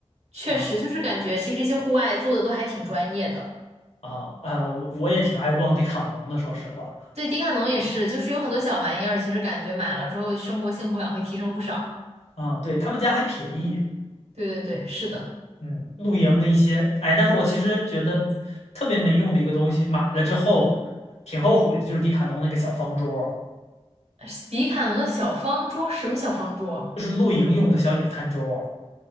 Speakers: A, on the right (about 70°); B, on the left (about 70°).
A: 确实就是感觉，
B: 啊
A: 其实这些户外做的都还挺专业的。
B: 啊啊！我我也挺爱逛迪卡侬的，说实话
A: 对，迪卡侬也是，就是有很多小玩意儿，其实感觉买了之后，生活幸福感会提升不少。
B: 啊，对他们家还便宜，
A: 对对对，是的，
B: 嗯，露营的一些，哎，但是我其实觉得特别没用的一个东西，买了之后挺后悔的，就是迪卡侬那个小方桌儿
A: 呃迪卡侬的小方桌，什么小方桌？
B: 就是露营用的小野餐桌儿